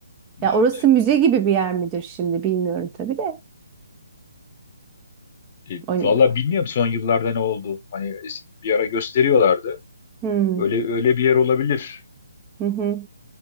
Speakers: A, on the left (about 40°); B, on the right (about 20°).
A: Evet.
B: Ya orası müze gibi bir yer midir şimdi bilmiyorum tabii de.
A: E,
B: Oyn-
A: valla bilmiyorum son yıllarda ne oldu. Hani es- bir ara gösteriyorlardı.
B: Hmm.
A: Öyle öyle bir yer olabilir.
B: Hı hı.